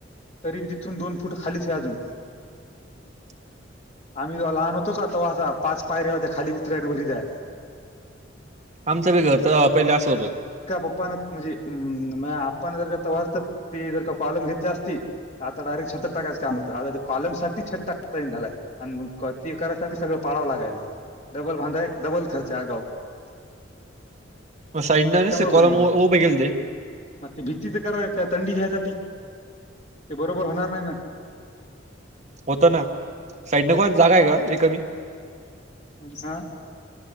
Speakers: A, on the left; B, on the right.
A: तरी तिथून दोन फूट खालीच आहे अजून.
B: <unintelligible>
A: आम्ही जेव्हा लहान होतो का तव्हा आता पाच पायऱ्या होत्या खाली उतर्या व घरी जायला.
B: आमचं बी घर तेव्हा असं होतं.
A: पप्पान म्हणजे मं आप्पन जर तव्हा ते जर का कॉलम घेतल्या असती आता डायरेक्ट छतं टाकायचं काम होतं. आता ते कॉलम साठी छत टाकता येईना झालाय आणि तेका रस्ता भी पाळावं लागायलीत. डबल बांधाय डबल खर्च आ आगाव.
B: <unintelligible> साईडनं नसते
A: त्या मुळं
B: कॉलम
A: भांडण
B: उ- उभे केले ते
A: मग भीतीचं करांय थंडी हे असं ते बरोबर होणार नाही ना
B: होत ना साईड ला कोण जागा हाय का रिकामी?
A: ना अ